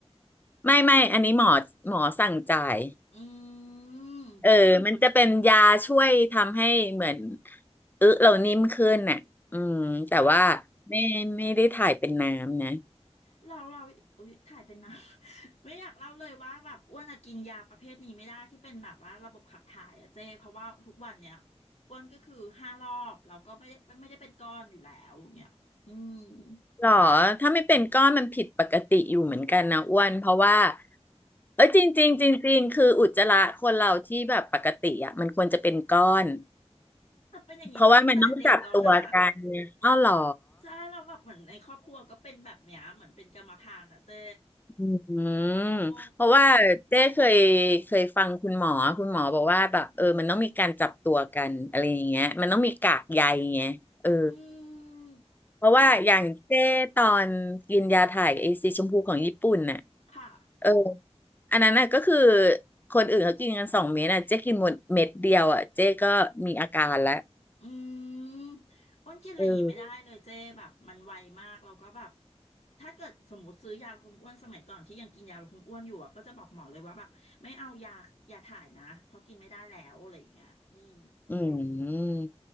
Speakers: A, on the left; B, on the left.
A: ไม่ไม่อันนี้หมอหมอสั่งจ่าย
B: อืม
A: เออมันจะเป็นยาช่วยทำให้เหมือนอึเรานิ่มขึ้นน่ะอืมแต่ว่า
B: เรา
A: ไม่ไม่ได้ถ่ายเป็นน้ำนะ
B: เราเราอุ๊ยถ่ายเป็นนะ <laughs> ไม่อยากเล่าเลยว่าแบบอ้วนอะกินยาประเภทนี้ไม่ได้ที่เป็นแบบว่าระบบขับถ่ายอะเจ้เพราะว่าทุกวันเนี้ยอ้วนก็คือห้ารอบเราก็ไม่ได้ไม่ได้เป็นก้อนอยู่แล้วเนี่ยอืม <laughs>
A: หรอถ้าไม่เป็นก้อนมันผิดปกติอยู่เหมือนกันนะอ้วนเพราะว่าเออจริงจริงจริงจริงคืออุจจาระคนเราที่แบบปกติอ่ะมันควรจะเป็นก้อน
B: แต่เป็นอย่างนี้มาตั้งแต่เด็กแล้วนะ
A: เพราะว่ามันต้องจับตัวกันเนี่ยอ้าวหรอ
B: ใช่เราแล้วแบบเหมือนในครอบครัวก็เป็นแบบเนี้ยเหมือนเป็นกรรมพันธุ์อะเจ้
A: อืม
B: โอ้
A: เพราะว่าเจ๊เคยเคยฟังคุณหมอคุณหมอบอกว่าแบบเออมันต้องมีการจับตัวกันอะไรอย่างเงี้ยมันต้องมีกากใยไงเออ
B: อืม
A: เพราะว่าอย่างเจ๊ตอนกินยาถ่ายไอซีชมพูของญี่ปุ่นน่ะ
B: ถ้าเออค่ะ
A: เอออันนั้นน่ะก็คือคนอื่นเขากินกันสองเม็ดน่ะเจ๊กินหมดเม็ดเดียวอ่ะเจ๊ก็มีอาการแล้ว
B: อืมอ้วนกินอะไรอย่างงี้ไม่ได้เลยเจ๊แบบมันไวมากเราก็แบบ
A: เออ
B: ถ้าเกิดสมมติซื้อยาลดความอ้วนสมัยก่อนที่ยังกินยาลดความอ้วนอยู่อะก็จะบอกหมอเลยว่าแบบไม่เอายายาถ่ายนะเพราะกินไม่ได้แล้วอะไรอย่างเงี้ยอืม
A: อืม